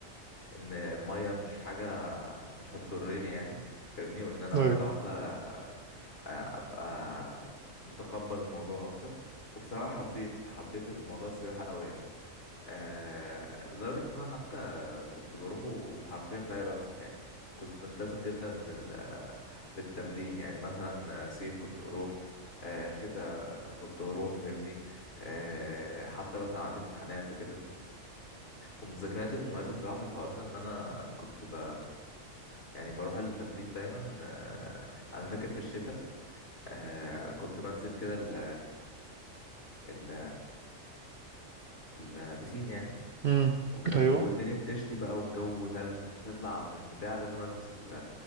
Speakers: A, on the left (about 50°); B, on the right (about 50°).
A: إن المية مش حاجة مش هتضرني يعني فاهمني وإن أنا
B: ايوه
A: واحدة واحدة آه، أبقى متقبل الموضوع أكتر وبصراحة حبيت حبيت الموضوع السباحة أوي يعني آه لدرجة إن أنا حتى كنت بروحه حرفيا في أي وقت يعني كنت ملتزم جدا بال آه، بالتمرين يعني مثلا صيف كنت بروح آه شتاء كنت بروح فاهمني آه حتى مثلا عندي امتحانات وكده ومذاكرتي المميزة بصراحة في الحوار ده إن أنا كنت ب يعني بروح التمرين دايما آه أنا فاكر في الشتاء آه كنت بنزل كده ال ال البسين يعني
B: مم.
A: وكان
B: ايوه
A: والدنيا بتشتي بقى والجو ثلج وتطلع من البتاع لازم البس ال